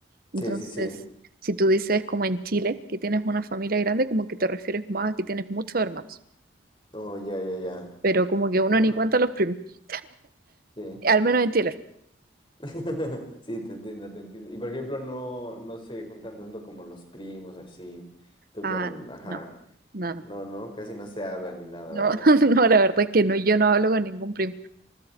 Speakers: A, on the right; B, on the left.
A: Entonces,
B: Sí, sí, sí.
A: si tú dices como en Chile que tienes una familia grande, como que te refieres más a que tienes muchos hermanos,
B: Oh, ya, ya, ya.
A: pero como que uno
B: Ah,
A: ni cuenta a los primos,
B: sí.
A: al menos en Chile.
B: <laughs> Sí, te entiendo, te entiendo. Y por ejemplo, no, no se juntan tanto como los primos, así. Tú
A: Ah,
B: con, ajá.
A: no, no, no,
B: No, no, casi no se hablan ni nada,
A: no,
B: ¿verdad?
A: <laughs> no, la verdad es que no, yo no hablo con ningún primo.